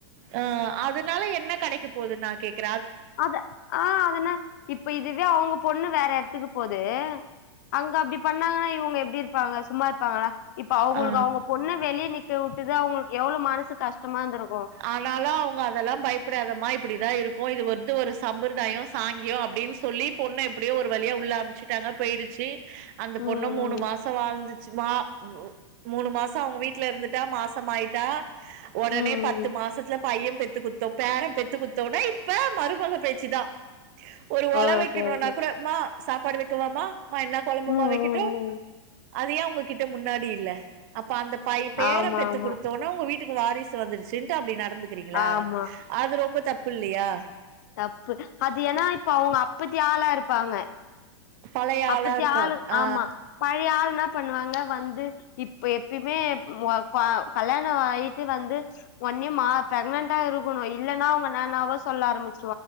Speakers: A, on the right; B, on the left.
A: அ அதுனால என்ன கெடைக்க போது நா கேக்க
B: அத ஆ அதனா இப்ப இதுவே அவ்ங்க பொண்ணு வேற எட்த்துக்கு போது அங்க அப்டி பண்ணாங்கனா இவ்ங்க எப்டி இருப்பாங்க சும்மா இருப்பாங்களா இப்ப அவுங்களுக்கு
A: ஆ
B: அவ்ங்க பொண்ண வெளிய நிக்கவுட்டது அவ்ங்களுக்கு எவ்ளோ மனசு கஷ்டமா இருந்திரு
A: ஆனாலு அவ்ங்க அதெல்லா பயப்டாதமா இப்டிதா இருக் க்கு இது வந்து ஒரு சம்பர்தாய சாங்கிய அப்டின் சொல்லி பொண்ண எப்டியோ ஒரு வழியா உள்ள அம்ச்சிட்டாங்க போயிருச்சு அந்த
B: ம்
A: பொண்ண
B: ம்
A: மூணு மாச வாழ்ந்து மா ம் மூணு மாச அவ்ங்க வீட்ல இருந்துட்டா மாசமாயிட்டா ஒடனே
B: ம்
A: பத் த்து
B: ம்
A: மாசத்துல பைய பெத்து குட்த்தோ பேர பெத்து குத்தோன இப்ப மருமக பேச்சு தா ஒரு ஒல
B: ஓகே
A: வெக்கணுனா
B: ஓகே
A: கூட மா சாப்பாடு வெக்கவாமா மா என்ன கொழம்புமா
B: ம்
A: வெக்கட்டு
B: ம் ம்
A: அது ஏ உங்ககிட்ட முன்னாடி இல்ல அப்ப அந்த பை பேர
B: ஆமா
A: பெத்து
B: ஆமா
A: குடுத்தோனா உங்க வீட்டுக்கு வாரிசு வந்துருச் சின்ட்டு அப்டி நடந்துக்கிறீங்ளா
B: ஆமா
A: அது ரொம்ப தப்பில்லையா
B: தப்பு அது ஏனா இப்ப அவ்ங்க அப்புத்தி ஆளா இருப்பாங்க
A: பழைய
B: அப்புத்தி
A: ஆளா இருக்காங்
B: ஆளு
A: ஆ
B: ஆமா பழைய ஆள்னா ப்பண்ணுவாங்க வந்து இப்ப எப்பயுமே ஒ கா கல்யாண ஆயிட்டு வந்து ஒ உன்னயுமா ப்ரக்னென்ட்டா இருக்கணு இல்லனா அவ்ங்க என்னென்னவோ சொல்ல ஆரம்பிச்